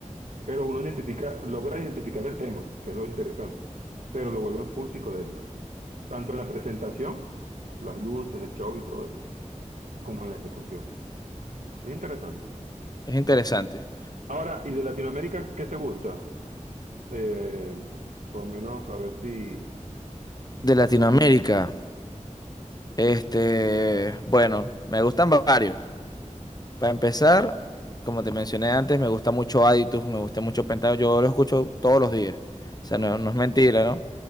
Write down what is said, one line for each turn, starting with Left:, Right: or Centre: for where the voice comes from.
Right: Pero uno identifica, logra identificar el tema, que es lo interesante, pero lo vuelven full psicodélico. Tanto en la presentación, las luces, el show y todo esto, como en la ejecución. Es interesante.
Left: Es interesante.
Right: Ahora, ¿y de Latinoamérica qué te gusta? Eh, por lo menos a ver si...
Left: De Latinoamérica,
Right: hasta-
Left: este, bueno, me gustan varios. Para empezar, como te mencioné antes, me gusta mucho Aditus, me gusta mucho Pentado, yo lo escucho todos los días. O sea,
Right: ah,
Left: no, no es mentira, ¿no?